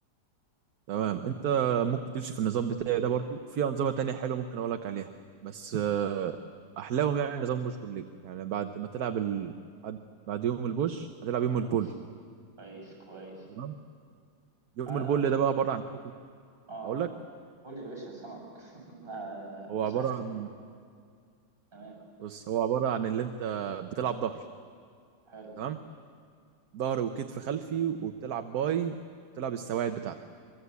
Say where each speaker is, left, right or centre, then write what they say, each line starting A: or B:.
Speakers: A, on the right (about 60°); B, on the right (about 30°).
A: تمام انت ممكن تمشي في النظام بتاعي ده برضو وفي انظمه تانية حلوه ممكن اقول لك عليها بس آه، احلاهم يعني نظام بوش بول ليج يعني بعد ما تلعب ال... بعد بعد يوم البوش هتلعب
B: كويس
A: يوم البول
B: كويس كويس
A: تمام يوم
B: انا
A: البول ده بقى عباره عن إيه؟
B: اه
A: اقول لك
B: قول لي يا باشا سامعك <laughs> أنا
A: هو
B: نصايحك
A: عباره
B: دي.
A: عن
B: تمام
A: بص هو عباره عن اللي انت بتلعب ظهر
B: حلو
A: تمام ظهر وكتف خلفي وبتلعب باي بتلعب السواعد بتاعتك